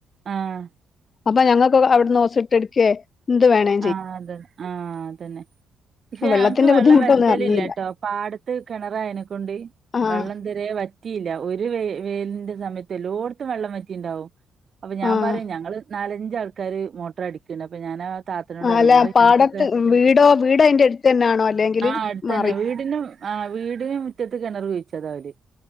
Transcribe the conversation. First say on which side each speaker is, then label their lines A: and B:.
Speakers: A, on the right (about 45°); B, on the left (about 40°).
A: ആഹ്
B: അപ്പൊ ഞങ്ങക്ക് അവിടുന്ന് ഓസ്ട്ട എടുക്കേ എന്ത്‌ വേണേ
A: ആഹ് അത ആഹ് അതന്നെ പക്ഷെ
B: വെള്ളത്തിന്റെ
A: ഞൻക്ക് വെള്ളം
B: ബുദ്ധിമുട്ടൊന്നും
A: വെറ്റലില്ല
B: അറിഞ്ഞില്ല
A: ട്ടോ പാടത്ത് കിണറായനെക്കൊണ്ട്
B: ആഹ്
A: വെള്ളം തെരെ വറ്റിയില്ല ഒരു വെ വേലിന്റെ സമയത്ത് എല്ലോട്ത്തും വെള്ളം വറ്റിണ്ടാവും അപ്പൊ ഞാൻ
B: ആഹ്
A: പറയും ഞങ്ങള് നാലഞ്ച ആൾക്കാാര് മോട്ടർ അടിക്ണ്ട് അപ്പൊ ഞാനാ ത്തനോടറിം
B: അല്ല
A: ഇങ്ങള്
B: പാടത്ത്
A: ഞങക്കൊക്കെ
B: വീടോ വീട് അയിന്റെ അടുത്ത് തന്നെയാണോ അല്ലെങ്കില്
A: ആഹ് അടുത്തന്നെ
B: മാറി
A: വീടിനും ആഹ് വീടിന് മുറ്റത്ത് കിണർ കുഴിച്ചത ഓല്